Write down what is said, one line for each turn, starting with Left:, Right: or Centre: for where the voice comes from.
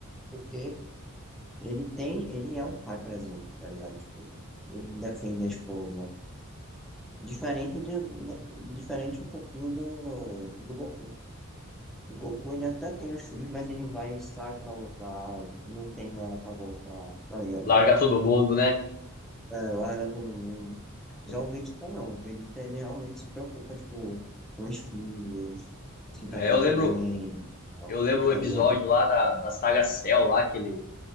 Centre: Porque ele tem, ele é um pai presente, tá ligado? Tipo, ele defende a esposa. Diferente de, da- diferente um pouquinho do, do Goku. O Goku ele até tem os filhos, mas ele vai, e sai pra lutar, não tem hora pra voltar, tá ligado?
Left: larga todo mundo, né?
Centre: É, larga todo mundo.
Left: Então,
Centre: Já o Vegeta não. O Vegeta ele realmente se preocupa, tipo, com os filhos, se tá
Left: É,
Centre: tudo
Left: eu lembro,
Centre: bem, ó,
Left: eu lembro um
Centre: tá
Left: episódio
Centre: ligado?
Left: lá da, da saga Cell, lá, que ele